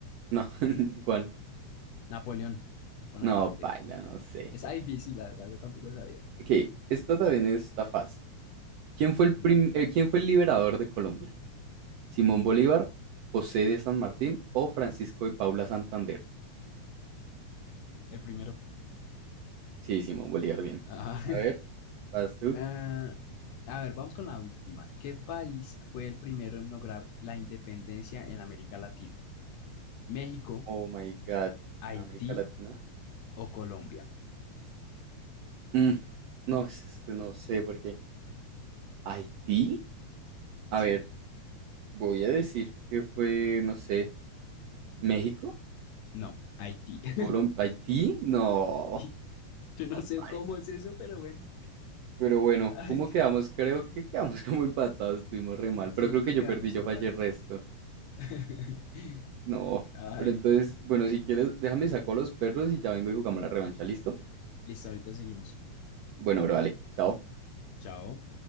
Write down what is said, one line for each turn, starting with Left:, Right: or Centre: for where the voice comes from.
Right: No, <laughs> ¿cuál?
Left: Napoleón Bonaparte.
Right: No, paila, no sé.
Left: Es difícil, la verdad, yo tampoco sabía.
Right: Ok, esta también está fácil. ¿Quién fue el
Left: Dale.
Right: prim- eh, ¿quién fue el liberador de Colombia? Simón Bolívar, José de San Martín o Francisco y Paula Santander.
Left: El primero.
Right: Sí, Simón Bolívar, bien.
Left: Ah,
Right: A ver, vas tú.
Left: <laughs> A ver, vamos con la última. ¿Qué país fue el primero en lograr la independencia en América Latina? ¿México,
Right: Oh my God,
Left: Haití
Right: en América Latina.
Left: o Colombia?
Right: Mm, no, es esto no sé por qué. Haití. A
Left: Sí,
Right: ver, voy a decir que fue, no sé, México,
Left: no, Haití. <laughs>
Right: Colombia, Haití. No,
Left: Sí, yo no
Right: no
Left: sé
Right: baila.
Left: cómo es eso, pero bueno.
Right: Pero bueno,
Left: Ay,
Right: ¿cómo quedamos? Creo que quedamos <laughs> como empatados, estuvimos re mal.
Left: sí,
Right: Pero creo
Left: yo creo
Right: que yo
Left: que
Right: perdí,
Left: vamos
Right: yo
Left: iguales.
Right: fallé el resto.
Left: <laughs>
Right: No,
Left: Ay,
Right: pero entonces, bueno, si quieres, déjame saco a los perros y ya vengo y jugamos la revancha, ¿listo?
Left: listo, ahorita seguimos.
Right: Bueno, bro, vale, chao.
Left: Chao.